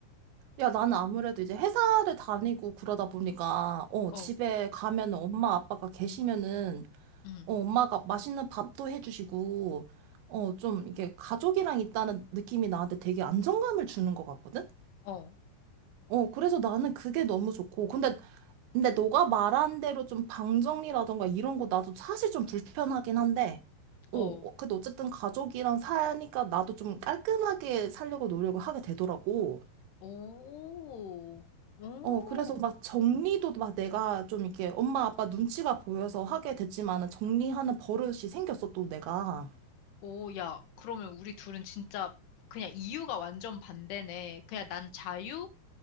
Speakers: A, on the right; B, on the left.
A: 야, 나는 아무래도 이제 회사를 다니고 그러다 보니까, 어,
B: 어,
A: 집에 가면은 엄마 아빠가 계시면은,
B: 음,
A: 어, 엄마가 맛있는 밥도 해주시고, 어, 좀 이게 가족이랑 있다는 느낌이 나한테 되게 안정감을 주는 것 같거든?
B: 어,
A: 어, 그래서 나는 그게 너무 좋고. 근데 근데 너가 말한 대로 좀 방정리라던가 이런 거 나도 사실 좀 불편하긴 한데, 어,
B: 어,
A: 어, 근데 어쨌든 가족이랑 사니까 나도 좀 깔끔하게 살려고 노력을 하게 되더라고.
B: 오, 오,
A: 어, 그래서 막 정리도 막 내가 좀 이렇게 엄마 아빠 눈치가 보여서 하게 됐지만은 정리하는 버릇이 생겼어, 또 내가.
B: 오, 야, 그러면 우리 둘은 진짜 그냥 이유가 완전 반대네. 그냥 난 자유?